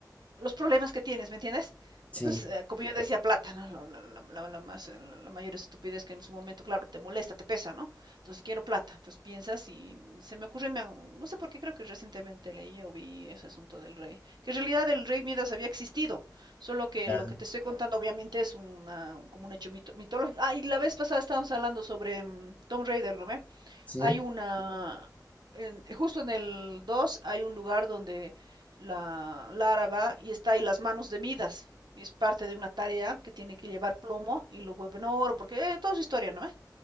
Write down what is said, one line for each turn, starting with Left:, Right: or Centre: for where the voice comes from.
Right: los problemas que tienes, ¿me entiendes?
Left: sí,
Right: Entonces, eh, como yo decía, plata, ¿no? La, la, la, la más, eh, la mayor estupidez que en su momento, claro, te molesta, te pesa, ¿no? Entonces, quiero plata. Entonces, piensas y se me ocurre, me, no sé por qué, creo que recientemente leí o vi ese asunto del rey. Que en realidad el rey Midas había existido, solo que
Left: ya,
Right: lo que te estoy contando obviamente es una, como un hecho mito, mitológico. Ah, y la vez pasada estábamos hablando sobre um, Tom Raider, ¿no? ¿Ve?
Left: sí,
Right: Hay una, en- justo en el 2 hay un lugar donde la Lara va y está ahí las manos de Midas. Y es parte de una tarea que tiene que llevar plomo y lo vuelven oro, porque eh, toda su historia, ¿no? eh?